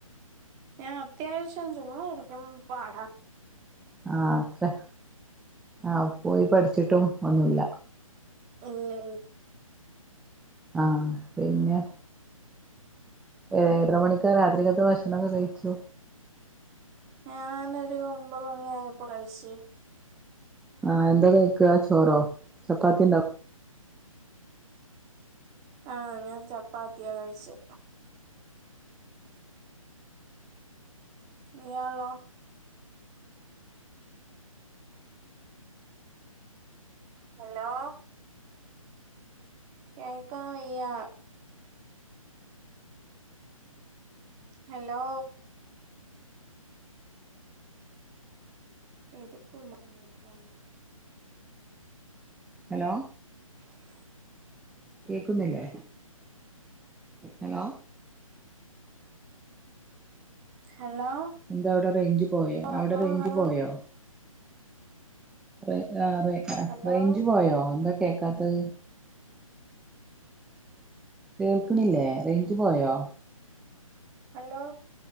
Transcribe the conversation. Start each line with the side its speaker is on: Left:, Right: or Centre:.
Right: ആഹ് അത്യാവശ്യം ചുമ്മായിരിക്കും പാടാ
Centre: ആഹ് അത്ര ആഹ് പോയി പഠിച്ചിട്ടും ഒന്നുല്ല.
Right: ഉ <inaudible>
Centre: ആഹ് പിന്നെ. ഏഴര മണിക്കാ രാത്രിക്കത്ത് ഭക്ഷണോക്കെ കഴിച്ചു
Right: ഞാനൊരു ഒമ്പത് മണിയായപ്പോ കഴിച്ച്
Centre: ആഹ് എന്താ കഴിക്ക ചോറോ ചപ്പാത്തി ഉണ്ട
Right: ആഹ് ഞാൻ ചപ്പാത്തിയാ കഴിച്ചേ. ഇ <unintelligible> ഹലോ കേക്കാൻ വയ്യാ ഹലോ എരിപ്പൂ കേൾക്കല്ല <inaudible>
Centre: ഹലോ.
Right: ആ <inaudible>
Centre: കേക്കുന്നില്ലേ? Hello
Right: hello.
Centre: എന്താ അവിടെ റേഞ്ച് പോയോ
Right: ഹലോ
Centre: അവിടെ റേഞ്ച്
Right: ഹലോ
Centre: പോയോ? റേ ആ റേ ആ
Right: ഹലോ
Centre: റേഞ്ച് പോയോ എന്താ കേക്കാത്തത് കേൾക്കണില്ലേ റേഞ്ച് പോയോ.
Right: ഹലോ